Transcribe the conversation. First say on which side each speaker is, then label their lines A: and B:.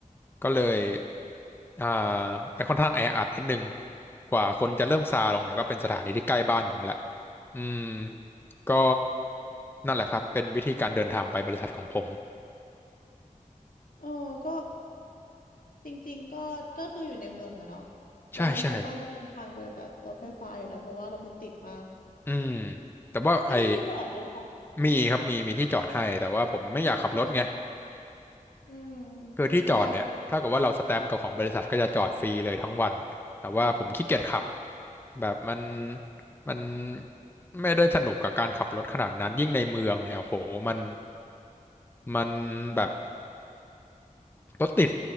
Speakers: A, on the left; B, on the left.
A: ก็เลย อ่าไอ้ค่อนข้างแออัดนิดนึง กว่าคนจะเริ่มซาลงเนี่ยก็เป็นสถานีที่ใกล้บ้านผมแหละ อืม ก็นั่นแหละครับ เป็นวิธีการเดินทางไปบริษัทของผม
B: ๆเออก็ จริงๆก็ก็คืออยู่ในเมืองอะเนาะแล้วมันก็ต้องเดินทางโดยแบบรถไฟฟ้าอยู่แล้วเพราะว่ารถมันติดมาก
A: ใช่ใช่ อืมแต่ว่าไอ้
B: ไม่มีที่จอดด้วยค่ะ
A: มีครับมีมีที่จอดให้แต่ว่าผมไม่อยากขับรถไง
B: ไม่มีที่จอดด้วยอืม
A: คือที่จอดเนี่ยถ้าเกิดว่าเราสแตมป์กับของบริษัทก็จะจอดฟรีเลยทั้งวันแต่ว่าผมขี้เกียจขับ
B: มันไกลเนาะ
A: แบบมันมันไม่ได้สนุกกับการขับรถขนาดนั้นยิ่งในเมืองเนี่ยโอ้โหมันมันแบบรถติด